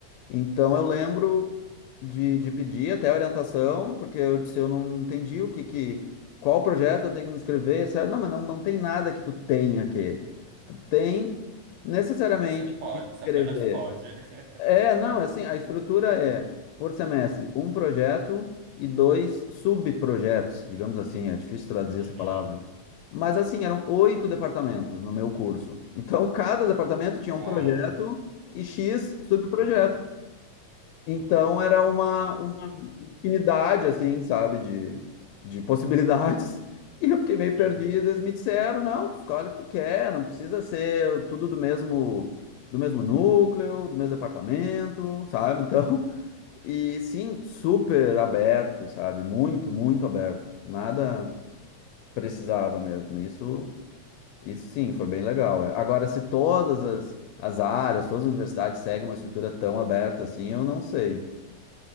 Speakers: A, on the left; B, on the right.
A: Então eu lembro de, de pedir até orientação, porque eu disse, eu não entendi o que, que qual projeto eu tenho que me inscrever. Disseram, não, mas não, não tem nada que tu tenha aqui. Tu tem necessariamente
B: Você pode,
A: que te
B: você
A: inscrever.
B: apenas pode.
A: É,
B: <laughs>
A: não, é assim, a estrutura é por semestre, um projeto e dois subprojetos, digamos assim, é difícil traduzir
B: Uhum.
A: essa palavra. Mas assim, eram oito departamentos no meu curso. Então, cada departamento tinha
B: Uau.
A: um projeto e X subprojetos. Então era uma, uma infinidade, assim, sabe, de, de possibilidades. <laughs> E eu fiquei
B: <laughs>
A: meio perdido. Eles me disseram, não, tu escolhe o que tu quer, não precisa ser tudo do mesmo, do mesmo núcleo, do mesmo apartamento, sabe? <laughs> Então, e sim, super aberto, sabe? Muito, muito aberto. Nada precisava mesmo. Isso, isso sim, foi bem legal. é Agora, se todas as, as áreas, todas as universidades seguem uma estrutura tão aberta assim, eu não sei.